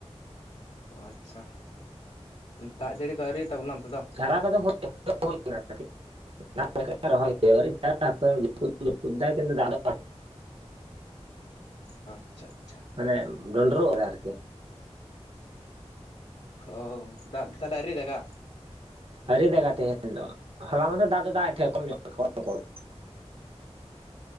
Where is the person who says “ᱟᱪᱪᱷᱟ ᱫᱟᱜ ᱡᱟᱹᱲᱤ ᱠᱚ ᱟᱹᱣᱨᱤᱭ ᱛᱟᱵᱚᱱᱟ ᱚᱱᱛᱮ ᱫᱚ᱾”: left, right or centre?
Left